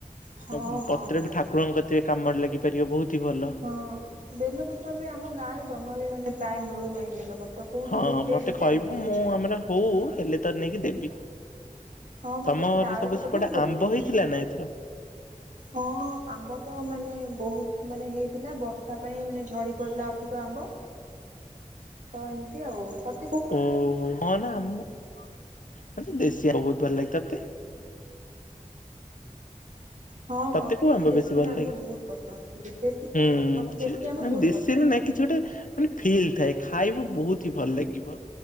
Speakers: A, on the right; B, on the left.
A: ହଁ
B: ଆଉ
A: ହଁ
B: ପତ୍ର
A: ହଁ
B: ବି ଠାକୁରଙ୍କ କତିରେ କାମରେ ଲାଗିବ୍ <unintelligible> ବହୁତ। ହି ଭଲ।
A: ହଁ ବେଲପତ୍ର ବି ଆମ ଆମ ଗାଁରେ ଜମା ବି ମାନେ ପ୍ରାୟ ମିଳୁନାହିଁ ବେଲପତ୍ର। କୋଉଠି
B: ହଁ
A: ଗୋଟେ
B: ମତେ
A: ଦିଇଟା
B: କହିବୁ
A: ଏମିତି ଅଛି।
B: ମୁଁ ଆମର ହଉ ହେଲେ ତ ନେଇକି ଦେବି।
A: ହଁ ମତେ
B: ତମର
A: ଗୋଟେ ଡାଳ
B: ସବୁ ସେପଟେ
A: ତ ମୁଁ ପୋତିଦେବି
B: ଆମ୍ବ ହେଇଥିଲା
A: ନେଇକି।
B: ନା ଏଥର
A: ହଁ ଆମ୍ୱ ତ ମାନେ ବହୁତ ମାନେ ହେଇଥିଲା ବର୍ଷା ପାଇଁ ମାନେ ଝଡି ପଡିଲା ଅଧିକ ଆମ୍ବ। ତ ଏମିତି ଆଉ ତ
B: ଓୋ ହଁ ନା ଆମ <unintelligible> ଦେଶୀ ବହୁତ ଭଲ ଲାଗେ, ତତେ
A: ହଁ
B: ତତେ
A: ମତେ
B: କୋଉ ଆମ୍ବ
A: ବି ଦେଶୀ
B: ବେଶୀ ଭଲ
A: ଆମ୍ବ
B: ଲାଗେ?
A: ବହୁତ ପସନ୍ଦ ବିଦେଶୀ ତ
B: ହୁଁ
A: ମତେ
B: ସେ
A: ଦେଶୀ ଆମ୍ବ ବହୁତ
B: ଦେଶୀରେ
A: ପସନ୍ଦ।
B: ନା କିଛି ଗୋଟେ ମାନେ ଫିଲ୍ ଥାଏ ଖାଇବୁ ବହୁତ ହିଁ ଭଲ ଲାଗିବ।